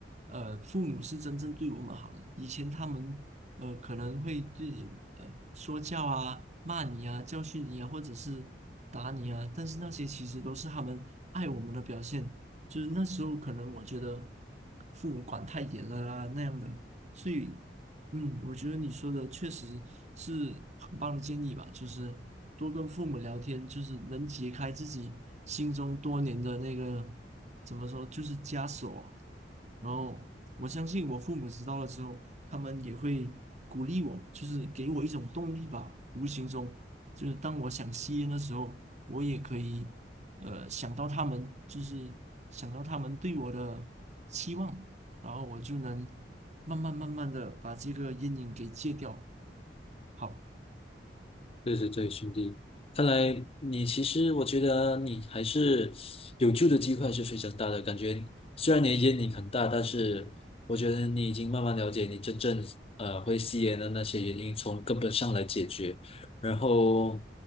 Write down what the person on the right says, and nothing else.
呃，父母是真正对我们好的。以前他们呃可能会对你呃说教啊、骂你啊、教训你啊，或者是打你啊，但是那些其实都是他们爱我们的表现。就是那时候可能我觉得父母管太严了啊那样的，所以。嗯，我觉得你说的确实是很棒的建议吧，就是多跟父母聊天，就是能解开自己心中多年的那个，怎么说，就是枷锁。然后我相信我父母知道了之后，他们也会鼓励我，就是给我一种动力吧。无形中，就是当我想吸烟的时候，我也可以呃想到他们，就是想到他们对我的期望，然后我就能。慢慢慢慢的把这个阴影给戒掉。好，